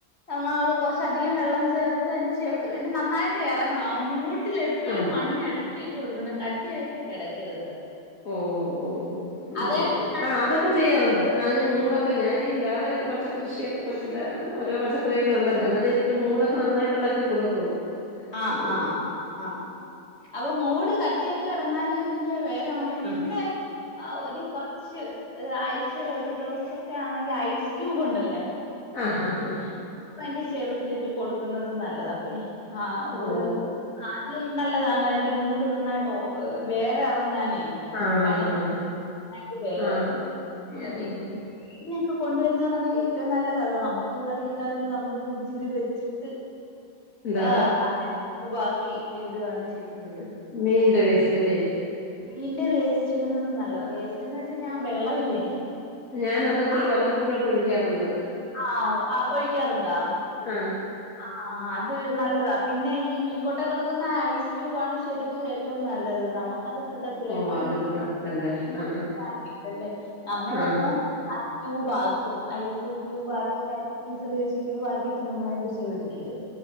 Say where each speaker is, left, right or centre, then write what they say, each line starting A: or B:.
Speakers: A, on the left; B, on the left.
A: നമ്മൾ കുറച്ച അധികം വെള്ളം ചേർത്ത് എന്നന്നെ ചെവിട്ട എന്നെ നന്നായിട്ട് ഇറങ്ങണം ആ മൂട്ടില എപ്പോഴും
B: ആഹ്
A: മണ്ണ് ഇടക്കിയിട്ട് കൊടുക്കണം കട്ടിയ ആയിട്ട് കിടക്കരുത്
B: ഓ ഓ ഓ
A: അതായത്
B: നെ
A: കട്ടിയാണെങ്കിൽ
B: ആഹ് അതൊക്കെ ചെയ്യാറുണ്ട് അതിന് മൂടൊക്കെ ഞാനീഈ വേറെ പച്ചക്കൃഷിയൊക്കെ പച്ചഓ പച്ചക്കറിയൊക്കെ ഉണ്ടല്ലേ എന്ന ഇതിന്റെ മൂടൊക്കെ നന്നായിട്ട് ഇളക്കി കൊടുക്കും
A: ആഹ്ആഹ്
B: ഉം.
A: ആഹ് ആഹ് അപ്പൊ മൂട് കട്ടിയായിട്ട് കിടന്നാലും ഇതിന്റെ വേ ങ്ങട്ട് പിന്നെ
B: ആ
A: ആ ഒരു കു ച്ച് ഒരാഴ്ചൽ ഒരു ദിവസൊക്കെ ആണെങ്കിൽ ഐസ് ക്യൂബ് ഉണ്ടല്ലേ
B: ആഹ് ഹാ ആഹ്
A: പ്പ എന്റെ ചെവിട്ടിലിട്ട് കൊടുക്കുന്നത് നല്ലത അപ്പ ആ അത്
B: ഓ ഓ
A: അതും നല്ലതാണ് അതിന്റെ മൂഡ് നന്നായിട്ട് വേറെ ഇറങ്ങാനേ
B: ആ
A: തണുപ്പ്
B: ആ
A: ഇല്ലെങ്കിൽവേര്റങ്ങു
B: ആ ആ ഉം
A: പിന്നെ ഇന്നെയൊക്കെ കൊണ്ടുവരുന്നവരാണ് ഏറ്റവും നല്ലത് നമ്മുക്ക് ഇവിളത് കിട്ടാത്തതുകണ്ട് നമ്മ ഫ്രിഡ്ജിൽ വെച്ചിട്ട്
B: എന്താടാ
A: ആ അങ്ങനെ ഐസ് ക്യൂബ ആക്കി ഇടുകയാണ് ചെയ്യുന്നത്
B: മീൻ്റേ വേസ്റ്റ് അല്ലേ
A: മീന്റെ വേസ്റ്റ് ഇടുന്നത് നല്ലതാണ് വേസ്റ്റ് എന്ന് വെച്ചാ ഞാൻ വെള്ളമില്ലേ
B: ഞാൻ അതൊക്കെ
A: ആഹ്
B: വല്ലപ്പഴൊക്കെ ഒഴിക്കാറുണ്ട്
A: ആഹ് ആഹ് ഒഴിക്കാറുണ്ടാ
B: ആഹ്
A: ആഹ് അത് നല്ലതാ പിന്നെ ഈ മീൻകോട്ട കിടക്കുന്ന ഐസ് ക്യൂബ് ആണ് ശരിക്കും ഏറ്റവും നല്ലത് നമുക്കത്ട്ട ത്തില്ല
B: ഓ
A: ഇപ്പല്ലേ
B: അത് കിട്ടത്തില്ലല്ലേ ആ
A: നമ്മളപ്പൊ
B: ആ
A: അത് ക്യൂബ ആക്കും ഐസ് ക്യൂബ ആക്കിയിട്ട സ് ബീസറി വെച്ച് ക്യൂബ ആക്കിയിട്ട് നമ്മളെന് ചെവിട്ടിലിടും